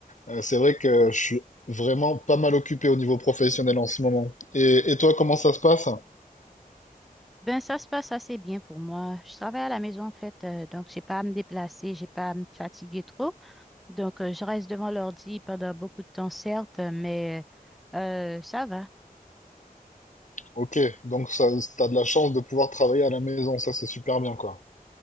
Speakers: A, on the left; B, in the centre.
A: euh, c'est vrai que je suis vraiment pas mal occupé au niveau professionnel en ce moment. Et, et toi, comment ça se passe?
B: Ben, ça se passe assez bien pour moi. Je travaille à la maison, en fait, euh, donc j'ai pas à me déplacer, j'ai pas à me fatiguer trop. Donc, euh, je reste devant l'ordi pendant beaucoup de temps, certes, mais euh, ça va.
A: Ok, donc ça, t'as de la chance de pouvoir travailler à la maison, ça c'est super bien quoi.